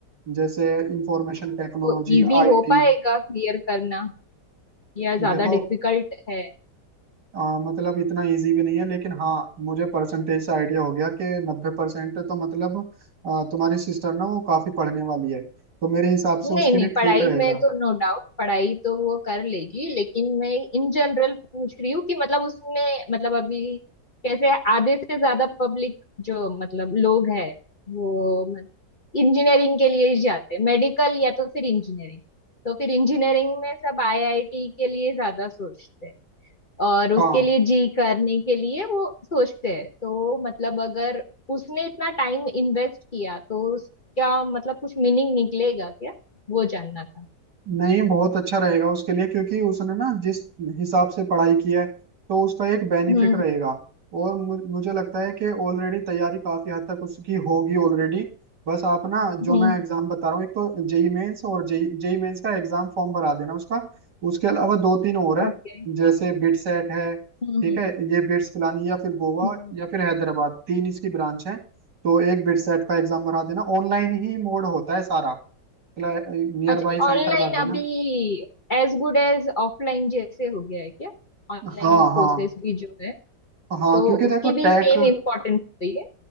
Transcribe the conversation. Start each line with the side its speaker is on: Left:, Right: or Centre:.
Right: जैसे इंफॉर्मेशन
Left: तो
Right: टेक्नोलॉजी
Left: इजी
Right: आईटी
Left: हो पाएगा क्लियर करना या ज्यादा
Right: देखो
Left: डिफिकल्ट है
Right: अ, मतलब इतना इजी भी नहीं है लेकिन हाँ मुझे परसेंटेज से आइडिया हो गया कि नब्बे परसेंट तो मतलब अ, तुम्हारी सिस्टर ना वो काफी पढ़ने वाली है तो मेरे हिसाब
Left: नहीं
Right: से उसके
Left: नहीं
Right: लिए
Left: पढ़ाई
Right: ठीक रहेगा
Left: में तो नो डाउट पढ़ाई तो वो कर लेगी लेकिन मैं इन जनरल पूछ रही हूँ कि मतलब उसमें मतलब अभी कैसे आधे से ज्यादा पब्लिक जो मतलब लोग है वो मतलब इंजीनियरिंग के लिए ही जाते हैं मेडिकल या तो फिर इंजीनियरिंग तो फिर इंजीनियरिंग में सब आईआईटी के लिए ज्यादा सोचते हैं और उसके
Right: हाँ
Left: लिए जी करने के लिए वो सोचते हैं तो मतलब अगर उसने इतना टाइम इन्वेस्ट किया तो उसका मतलब कुछ मीनिंग निकलेगा क्या वो जानना था
Right: नहीं बहुत अच्छा रहेगा उसके लिए क्योंकि उसने ना जिस हिसाब से पढ़ाई की है तो उसका एक बेनिफिट
Left: हम्म
Right: रहेगा और मु- मुझे लगता है कि ऑलरेडी तैयारी काफी हद तक उसकी होगी ऑलरेडी बस आप ना जो
Left: हम्म
Right: मैं एग्जाम बता रहा हूँ एक तो जेई मेंस और जेई जेई मेंस का एग्जाम फॉर्म भरा देना उसका उसके अलावा दो तीन और हैं
Left: ओके
Right: जैसे बिट सेट है
Left: हम्म
Right: ठीक है ये बिट्स पिलानी या फिर गोवा
Left: हम्म
Right: या फिर हैदराबाद तीन इसकी ब्रांच है तो एक बिट सेट का एग्जाम भरा देना ऑनलाइन ही मोड होता है सारा नियर
Left: अच्छा
Right: बाई सेंटर
Left: ऑनलाइन
Right: भर देना
Left: अभी एज गुड एज ऑफलाइन जैसे हो गया है क्या ऑनलाइन
Right: हाँ हाँ
Left: कोर्सेस भी जो है
Right: हाँ
Left: तो
Right: क्योंकि देखो
Left: उसकी भी
Right: टेक
Left: सेम इम्पोर्टेंस होती है